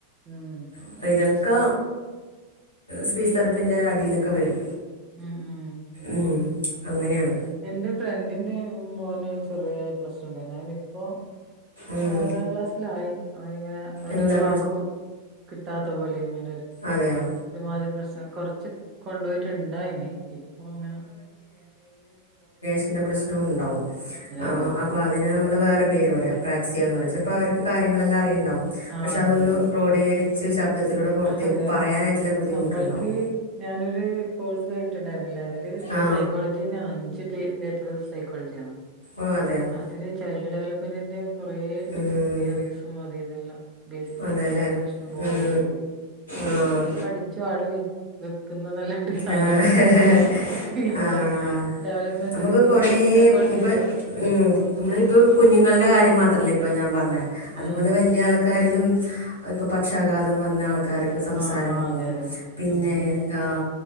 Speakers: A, on the right; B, on the left.
A: ഉം
B: അപ്പം ഇതൊക്കെ സീസണത്തിന്റെ അടിയിലൊക്കെ വരും
A: ഉം ഉം
B: ഉം അങ്ങനെയാണ്
A: എന്റെ ഫ്രണ്ടിന്റെ മോന് ചെറിയ പ്രശ്നണ്ടായിരുന്നു ങ്ങനെ ഇപ്പോ
B: ഉം
A: ആറാം ക്ലാസ്സിലായി അവരിങ്ങനെ
B: എന്താ
A: ഒരു വാക്ക് കിട്ടാത്ത പോലെ ഇങ്ങനെ
B: അതെ യൊ
A: ഒരുമാതിരി പ്രശ്നം കൊറച്ച് കൊണ്ടുപോയിട്ടുണ്ടാ നി ഇപ്പൊ ങ്ങനെ
B: സിൻ്റെ പ്രശ്നമുണ്ടോ ആ
A: അതെ അതെ
B: അപം അതിനെ നമ്മള് വേറെ പേര് പറയാ പ്ര്രാക്സിയന്ന് പറയാ ചെലപ്പോ അവർകാര്യെല്ലാം അറിയണ്ടാവും
A: ആ
B: പക്ഷെ
A: അതെ
B: അതൊന്ന്
A: അതെ
B: ക്രോടീകരിക്ക <unintelligible> ശബ്ദത്തിലൂടെ പുറത്തേക്ക്
A: അതെ
B: പറയാനായിട്ടുള്ള
A: അതെ
B: ബുദ്ധിമുട്ടുണ്ടാവും
A: നമ്മൾക്ക് ഞാനൊരു കോഴ്സ് കഴിഞ്ഞിട്ടുണ്ടായിരുന്നില്ലേ അ അതില്
B: ആ
A: സൈക്കോളജി തന്നെയാണ് അഞ്ചച് പേ പേപ്പർ സൈക്കോളജിയാണ്
B: ഓ അതെയോ
A: അതില് ചൈൽഡ് ഡെവലപ്മെന്റിന്റെ കുറെേ ഉണ്ട്
B: ഉം
A: തിയറീസും മതി ഇതെല്ലാം ബേസിക് സൈക്കോളജി
B: അതെല്ലേ
A: ഇഷ്ടംപലെുണ്ട്
B: ഉം
A: പഠിക്ക
B: ആ
A: എല്ലാം പഠിച്ചു ആട വെക്കുന്നല്ലാണ്ട്
B: ആഹ്
A: അതങ്ങനെ ഇല്ല
B: ആഹ്
A: ഡെവലപ്മെന്റൽ
B: നമുക്ക് കുറ
A: ഈ സൈക്കോളജിയിലും
B: ഇപ്പ
A: ഇതില്ലേ
B: നമ്മള ഇപ്പ കുഞ്ഞുങ്ങളുടെ കാര്യം മാത്രല്ല ഇപ്പ ഞാൻ പറഞ്ഞു
A: ഉം
B: അത്പോലെ വല്ല്യ ൾക്കാരിലും പാ ക്ഷ് ഗാതം വന്നാ ആൾക്കാർക്ക് സംസാരം
A: ആഹ് ആഹ്
B: പോകും
A: അതെ അതെ
B: പിന്നെ
A: ഉം
B: ആ